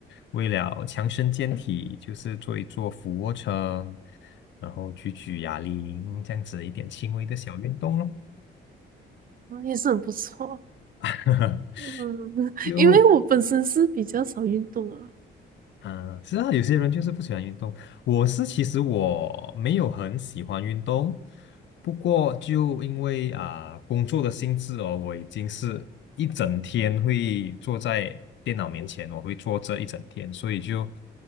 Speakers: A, on the left; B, on the right.
A: 为了强身健体，就是做一做俯卧撑，然后举举哑铃这样子一点轻微的小运动咯。
B: 哦，也是很不错，
A: <laughs>
B: 嗯，<laughs>
A: 就
B: 因为我本身是比较少运动啊，
A: 嗯，是啊，有些人就是不喜欢运动。我是其实我没有很喜欢运动，不过就因为啊、工作的性质哦，我已经是一整天会坐在电脑面前，我会坐这一整天，所以就